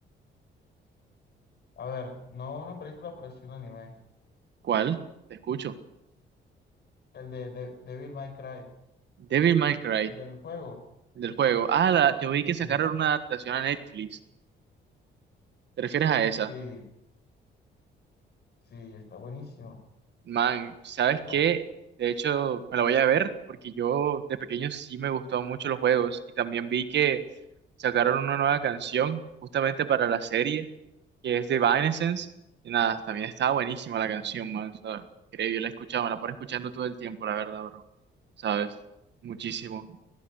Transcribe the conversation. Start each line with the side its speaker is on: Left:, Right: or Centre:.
Left: a ver, no una película, pero sí un anime.
Right: ¿Cuál? Te escucho.
Left: El de, de Devil May Cry,
Right: Devil May Cry,
Left: el del juego.
Right: del juego. Ah, la, yo vi que sacaron
Left: Sí,
Right: una adaptación a Netflix. ¿Te refieres a esa?
Left: sí, sí, está buenísimo.
Right: Man, ¿sabes
Left: Está-
Right: qué? De hecho, me la voy a ver porque yo de pequeño sí me gustaban mucho los juegos y también vi que sacaron una nueva canción justamente para la serie que es de Evanescence y nada, también estaba buenísima la canción, man, o sea, increíble, la he escuchado, me la pone escuchando todo el tiempo, la verdad, bro, ¿sabes? Muchísimo.